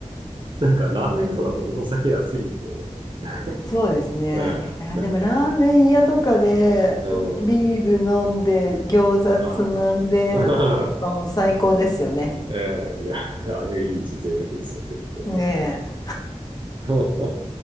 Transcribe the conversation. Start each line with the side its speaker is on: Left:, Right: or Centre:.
Right: なんかラーメン屋とかでもお酒安いんで、<laughs>
Left: そうですね。
Right: うん、
Left: いや、
Right: なんか、
Left: でもラーメン屋とかでビール飲んで餃子つまんでとかも最高ですよね。
Right: うん、はい。<laughs> ええいや、あれいいですよ。贅沢ですよ、結構。
Left: ねえ。
Right: <laughs>